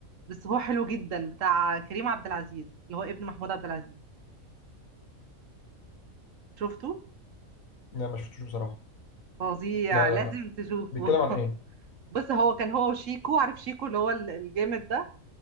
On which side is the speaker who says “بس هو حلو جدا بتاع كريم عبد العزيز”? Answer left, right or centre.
Right